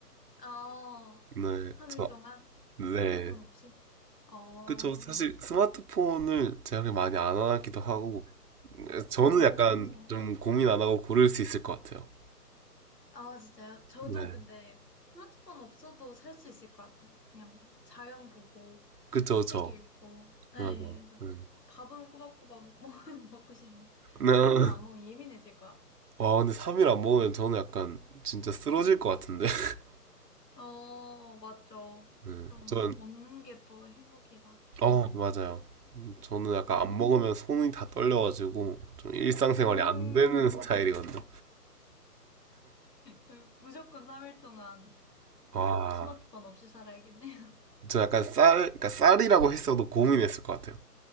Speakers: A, on the left (about 80°); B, on the right (about 70°).
A: 어,
B: 네,
A: 3일
B: 저,
A: 동안
B: 네.
A: 스마트폰 없이? 어,
B: 그쵸. 사실 스마트폰을 제가 그렇게 많이 안 하기도 하고, 저는
A: 오.
B: 약간 좀 고민 안 하고 고를 수 있을 것 같아요.
A: 아, 진짜요? 저도
B: 네.
A: 근데 스마트폰 없어도 살 수 있을 것 같아요. 그냥 자연 보고,
B: 그쵸,
A: 책
B: 저
A: 읽고. 네,
B: 맞아.
A: 그래서
B: 음.
A: 밥은 꼬박꼬박 <laughs> 먹- 먹고 싶네.
B: 네. <laughs>
A: 3일 동안 안 먹으면 예민해질 것 같아요.
B: 와, 근데 3일 안 먹으면 저는 약간 진짜 쓰러질 것 같은데. <laughs>
A: 어, 맞죠.
B: 네.
A: 좀
B: 저
A: 먹는 게 또 행복이라.
B: 어,
A: 네.
B: 맞아요. 음, 저는 약간
A: 음,
B: 안 먹으면 손이 다 떨려가지고 좀 일상생활이
A: 음,
B: 안 되는 <laughs> 스타일이거든요.
A: 그 무조건 3일 동안 이렇게
B: 와,
A: 스마트폰 없이 살아야겠네요.
B: 저 약간 쌀, 그러니까 쌀이라고 했어도 고민했을 것 같아요.